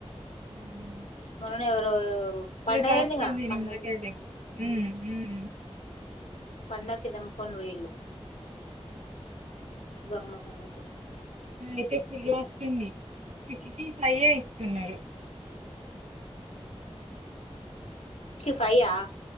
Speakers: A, on the right (about 80°); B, on the left (about 85°).
A: అవున.
B: మొన్నేవరో పండగయిందింగా
A: కాస్తుంది
B: పండగ.
A: నిమ్మకాయలకి ఉమ్ ఉమ్
B: పండక్కి తెంపుకోని పోయిండ్రు. గంగమ్మ పండగకి
A: ఆహ్ అయితే ఫులు వస్తుంన్నయి ఫైయే. తిన్నారు.
B: పైవ్ ఆహ్.